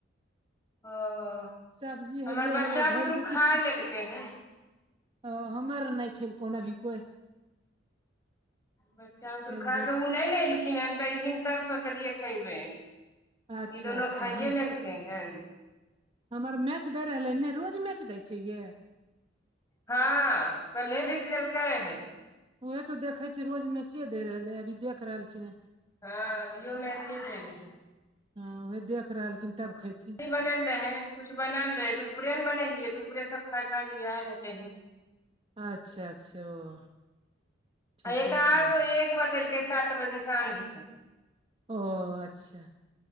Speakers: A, on the left; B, on the right.
A: ओ
B: सब्जी हैये
A: हमर बच्चा
B: हेलो, धइल
A: बुतरू
B: दू
A: खाय
B: किसम।
A: लेलकै हन
B: ओ हमर नहि खेलको अभी कोई।
A: बच्चा-बतुर
B: एगो
A: खा
B: बैठ
A: कऽ ओ नहि ने अयलखिन हेन तऽ अयथिन तब सोचलियै खयबै।
B: अच्छा
A: ई दुनू
B: अच्छा
A: खाइए
B: हम
A: लेलकै हेन।
B: हमर मैच दै रहलै ने, रोज मैच दै छै ये।
A: हँ कल्हे जीत लेलके हइ।
B: उएहे तो देखै छियै रोज मैचे दे रहलै, अभी देख रहलखिन हँ।
A: हँ अभियो मैचे दे हैय।
B: हँ उहे देख रहलखिन तब खैथिन।
A: की बनल रहै, कुछ बनल रहै तऽ ऊपरे ने बनेलियै तऽ ऊपरे सब खाय-खा के याद होते है।
B: अच्छा-अच्छा ओ। ठीके
A: आ एक आध
B: कैल
A: एक बतेलकै, सात बजे साँझ कऽ।
B: ओ, अच्छा।